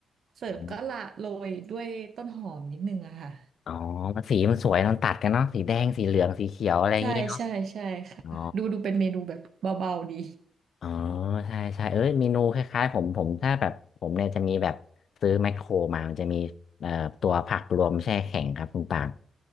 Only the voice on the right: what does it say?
เสิร์ฟก็ละโรยด้วยต้นหอมนิดนึงอะค่ะ
ใช่ใช่ใช่ค่ะดูดูเป็นเมนูแบบเบาๆดี